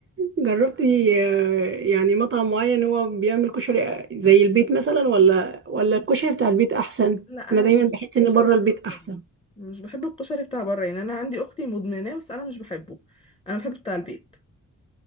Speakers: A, on the right; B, on the left.
A: جربتي آه، يعني مطعم معين هو بيعمل كشري زي البيت مثلا ولا ولا الكشري بتاع البيت احسن
B: لا
A: انا
B: انا
A: دايما
B: ما بحبش
A: بحس
B: الكشري
A: ان بره
B: بتاع
A: البيت احسن
B: بره مش بحب الكشري بتاع بره يعني انا عندي اختي مدمناه بس انا مش بحبه انا بحب بتاع البيت